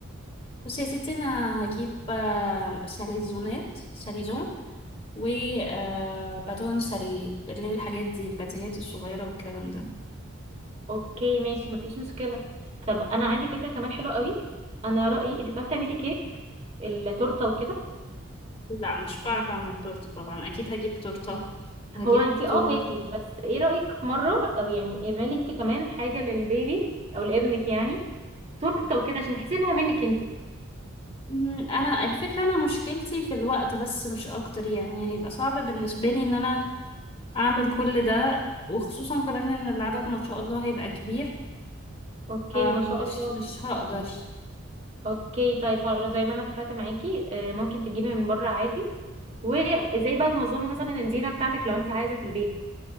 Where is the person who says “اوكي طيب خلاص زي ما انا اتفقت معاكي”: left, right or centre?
Right